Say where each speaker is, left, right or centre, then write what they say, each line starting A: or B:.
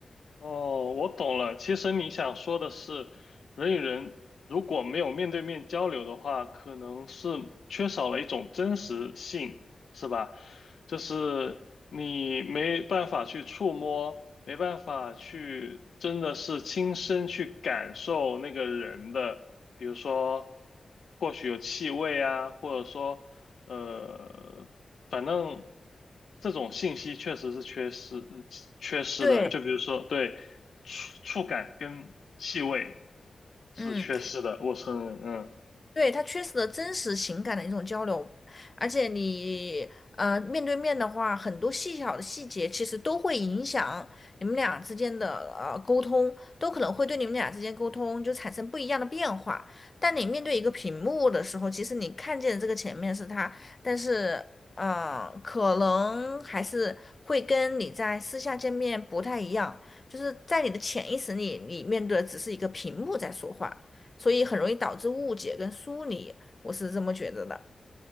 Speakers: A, on the left (about 70°); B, on the left (about 30°).
A: 哦，我懂了。其实你想说的是，人与人如果没有面对面交流的话，可能是缺少了一种真实性，是吧？就是你没办法去触摸，没办法去真的是亲身去感受那个人的，比如说，或许有气味啊，或者说呃，反正这种信息确实是缺失，呃缺失的。
B: 对，
A: 就比如说，对，触触感跟气味是缺失的，
B: 嗯，
A: 我承认，嗯。
B: 对，他缺失的真实情感的一种交流，而且你呃面对面的话，很多细小的细节其实都会影响你们俩之间的呃沟通，都可能会对你们俩之间沟通就产生不一样的变化。但你面对一个屏幕的时候，其实你看见这个前面是他，但是呃可能还是会跟你在私下见面不太一样，就是在你的潜意识里，你面对的只是一个屏幕在说话。所以很容易导致误解跟疏离，我是这么觉得的。